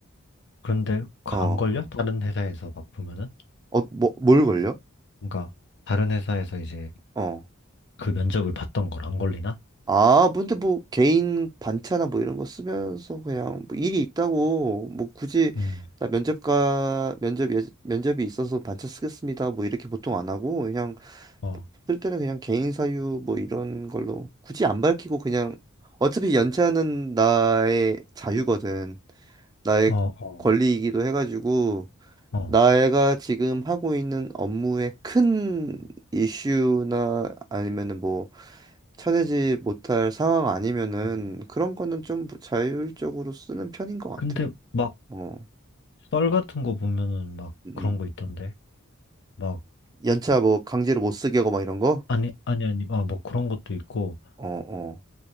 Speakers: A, on the left; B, on the right.
A: 그런데 안
B: 어,
A: 걸려? 다른 회사에서 막 보면은?
B: 어, 뭐, 뭘 걸려?
A: 그러니까 다른 회사에서 이제
B: 어.
A: 그 면접을 봤던 걸 안 걸리나?
B: 아, 근데 뭐 개인 반차나 뭐 이런 거 쓰면서 그냥 뭐 일이 있다고 뭐 굳이
A: 음,
B: 나 면접과 면접 예, 면접이 있어서 반차 쓰겠습니다. 뭐 이렇게 보통 안 하고 그냥
A: 어,
B: 쓸 때는 그냥 개인 사유 뭐 이런 걸로 굳이 안 밝히고 그냥 어차피 연차는 나의 자유거든. 나의
A: 어, 어,
B: 권리이기도 해가지고
A: 어.
B: 내가 지금 하고 있는 업무의 큰 이슈나 아니면은 뭐 쳐내지 못할 상황 아니면은
A: 음.
B: 그런 거는 좀 자율적으로 쓰는 편인 것 같아.
A: 근데 막
B: 어,
A: 썰 같은 거 보면은 막
B: 음.
A: 그런
B: 음.
A: 거 있던데. 막
B: 연차 뭐 강제로 못 쓰게 하고 막 이런 거?
A: 아니 아니 아니 아, 뭐 그런 것도 있고
B: 어, 어,